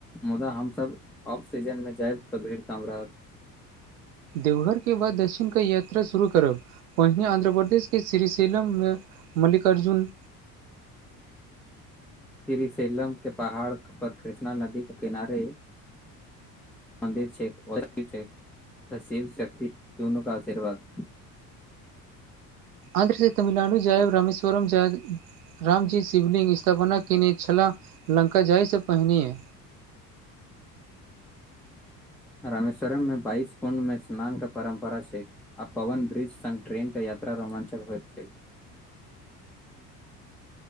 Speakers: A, in the centre; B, on the right.
A: मुदा हमसब ऑफ सीजन मे जायब तऽ भीड़ काम रहत
B: देवघर केँ बाद दक्षिण कऽ यात्रा शुरू करब वहिने आन्ध्रपदेश केँ श्रीशैलम मे मल्लिकार्जुन
A: श्रीसलम केँ पहाड़ पर कृष्णा नदी कऽ किनारे मन्दिर छै <unintelligible> शिव शक्त दुनू कऽ आशीर्वाद
B: आंध्र से तमिलनाडु जैब रामेश्वरम जैब रामजी शिवलिंग स्थापना कयने छलाह लंका जाहिसँ पहिनेए
A: रमेश्वरममे बाइस कुण्ड मे स्नान कऽ परम्परा छै आ पवन ब्रिज सन ट्रेन कऽ यात्रा रोमांचक होइत छै